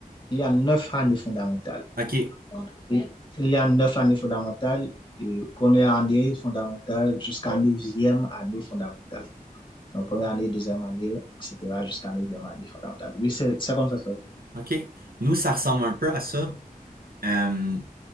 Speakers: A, on the left; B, on the right.
A: il y a neuf années fondamentales.
B: OK,
A: Il il y a neuf années fondamentales, et première année fondamentale jusqu'à neuvième année fondamentale. Donc, première année, deuxième année, etc., jusqu'à la deuxième année fondamentale. Oui, c'est c'est comme ça. ça.
B: OK. Nous, ça ressemble un peu à ça. Euh,